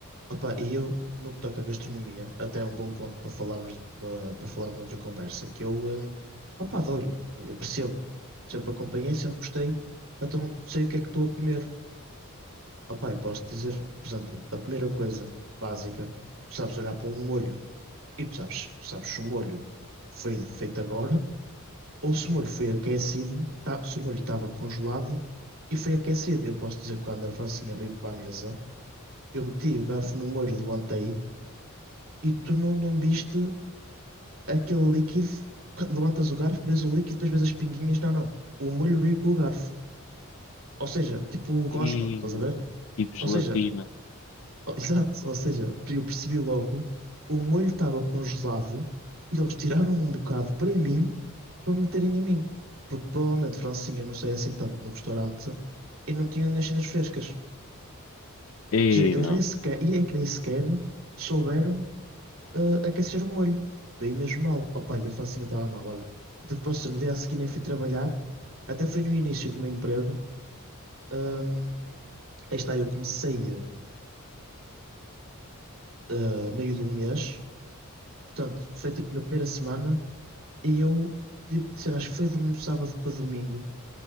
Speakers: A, on the right (about 65°); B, on the left (about 60°).
A: Opá, e eu, no que toca à gastronomia, até é um bom ponto para falarmos, para, para falarmos noutra conversa, que eu, hum, opá, dou-lhe, Eu percebo. Sempre acompanhei, sempre gostei, então sei o que é que estou a comer. Opá, e posso dizer, por exemplo, a primeira coisa básica, tu sabes olhar para um molho e tu sabes, sabes se o molho foi feito agora ou se o molho foi aquecido, tá, se o molho estava congelado e foi aquecido. Eu posso dizer que quando a Francinha veio para a mesa, eu meti o garfo no molho, levantei e tu não, não viste aquele líquido. Levantas o garfo, vês o líquido, depois vês as pinguinhas. Não, não. O molho veio com o garfo. Ou seja, tipo
B: e
A: gosma, estás a ver?
B: tipo gelatina.
A: Ou seja, Oh, Exato, ou seja, eu percebi logo, o molho estava congelado e eles tiraram um bocado para mim para meterem a mim. Porque provavelmente Francinha não sei assim tanto no restaurante e não tinham as cenas frescas.
B: E
A: Ou seja, eles
B: não.
A: nem sequer, e é que nem sequer souberam ah, aquecer o molho. Daí mesmo mal. Opa, e a Francinha estava mal, olha. Até depois, no dia a seguir, nem fui trabalhar, até foi no início do meu emprego. Ahm, aí está, eu comecei a meio de um mês. Portanto, foi tipo na primeira semana e eu, tipo, sei lá, acho que foi de um sábado para domingo.